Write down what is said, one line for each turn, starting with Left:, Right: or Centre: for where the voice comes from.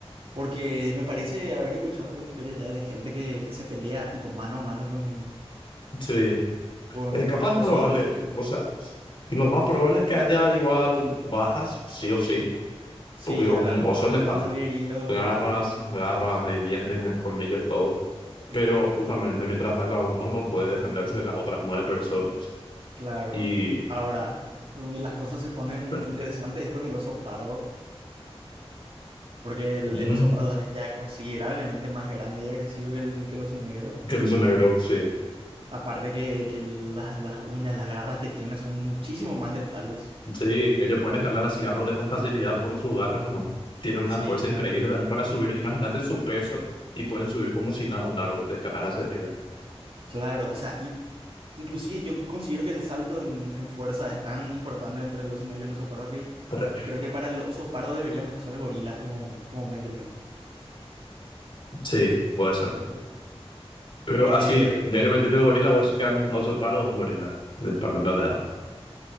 Right: Porque me parece haber escuchado las historias ya de gente que, que se pelea tipo mano a mano con,
Left: Sí.
Right: con
Left: Eh, capaz
Right: osos,
Left: probable,
Right: osos negros.
Left: o sea, lo más probable es que haya igual bajas, sí o sí,
Right: Sí,
Left: porque un
Right: al- algo-
Left: oso
Right: algunos
Left: es letal.
Right: van a salir heridos
Left: Garras,
Right: o incluso...
Left: garras
Right: sí.
Left: y dientes, y colmillos, todo.
Right: Ujú,
Left: Pero justamente mientras ataca a uno, no puede defenderse las otras nueve personas.
Right: Claro.
Left: Y.
Right: Ahora, donde las cosas se ponen
Left: bueno,
Right: interesantes es con el oso pardo, porque el,
Left: Ujú,
Right: el oso pardo es ya considerablemente más grande y agresivo que el, que el oso negro.
Left: Que no son negros, sí.
Right: Aparte que, que las, las uñas, las garras que tiene son muchísimo más letales.
Left: Sí, ellos pueden escalar así árboles con facilidad por sus garras, hermano. Tienen una
Right: Sí,
Left: fuerza
Right: claro,
Left: increíble también para subir. Imagínate su peso y pueden subir como si nada un árbol, de escalar hacia arriba.
Right: claro. O sea, y inclusive yo considero que el salto en, en fuerza es tan importante entre el oso negro y el oso pardo que,
Left: <laughs>
Right: que creo que para el oso pardo deberíamos usar gorilas como, como métrica.
Left: Sí, puede ser. Pero
Right: Eh,
Left: así, de ellos metiste el gorila, vos sí que han usurpado un gorila de espalda plateada.